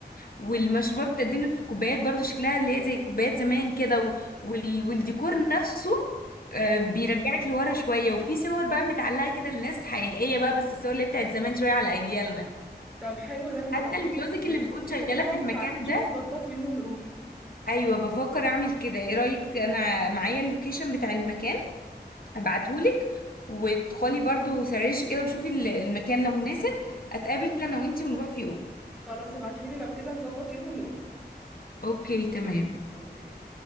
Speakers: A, on the left; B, in the centre.
A: والمشروبات بتقدم لك في كوبايات برضو شكلها اللي هي زي كوبايات زمان كده و... وال... والديكور نفسه
B: إمم.
A: آه، بيرجعك لورا شويه وفي صور بقى متعلقه كده لناس حقيقيه بقى بس الصور اللي هي بتاعت زمان شويه على اجيالنا
B: طب حلو ده ما تبعتيلي
A: حتى الميوزك اللي
B: اللينك
A: بتكون شغالة
B: بتاعه
A: في المكان
B: تعالي نشوف
A: ده
B: نظبط يوم ونروح
A: ايوه بفكر اعمل كده ايه رأيك انا معايا اللوكيشن بتاع المكان ابعتهولك وادخلي برضو سرشي كده وشوفي ال- المكان لو مناسب اتقابل انا وانتي ونروح في يوم
B: خلاص ابعتيهولي لو كده نظبط يوم ونروح
A: اوكي تمام
B: اوكي